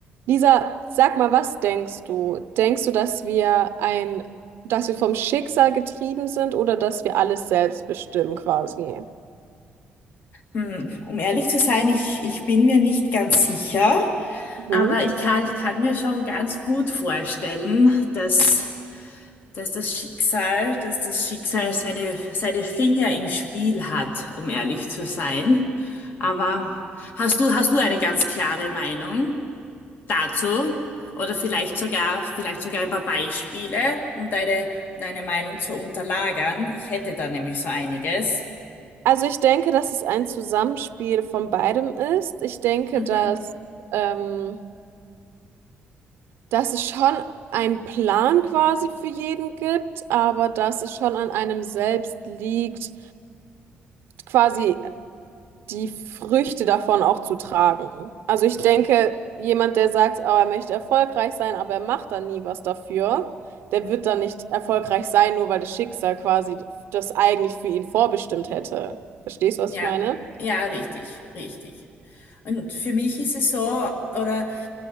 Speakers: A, on the right; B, on the left.
A: Lisa, sag mal, was denkst du? Denkst du, dass wir ein, dass wir vom Schicksal getrieben sind oder dass wir alles selbst bestimmen quasi?
B: Hm, Um ehrlich zu sein, ich, ich bin mir nicht ganz sicher,
A: Mhm.
B: aber ich kann, ich kann mir schon ganz gut vorstellen, dass, dass das Schicksal, dass das Schicksal seine, seine Finger im Spiel hat, um ehrlich zu sein. Aber hast du, hast du eine ganz klare Meinung dazu? Oder vielleicht sogar, vielleicht sogar ein paar Beispiele, um deine, um deine Meinung zu unterlagern? Ich hätte da nämlich so einiges.
A: Also ich denke, dass es ein Zusammenspiel von beidem ist. Ich denke,
B: Mhm.
A: dass, ähm, dass es schon einen Plan quasi für jeden gibt, aber dass es schon an einem selbst liegt, quasi die Früchte davon auch zu tragen. Also ich denke, jemand, der sagt, oh, er möchte erfolgreich sein, aber er macht dann nie was dafür, der wird dann nicht erfolgreich sein, nur weil das Schicksal quasi das eigentlich für ihn vorbestimmt hätte. Verstehst du,
B: Ja,
A: was ich meine?
B: ja, richtig, richtig. Und für mich ist es so, oder